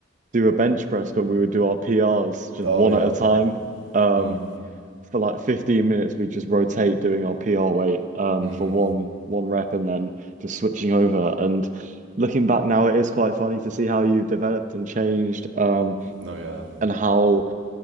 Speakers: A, on the right (about 40°); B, on the right (about 90°).
A: do a bench press, but we would do our PRs just
B: Oh
A: one
B: yeah.
A: at a time. Um,
B: Mm.
A: for like 15 minutes, we'd just rotate doing our PR weight, um,
B: Mm.
A: for one one rep and then just switching over. And looking back now, it is quite funny to see how you have developed and changed, um,
B: No yeah.
A: and how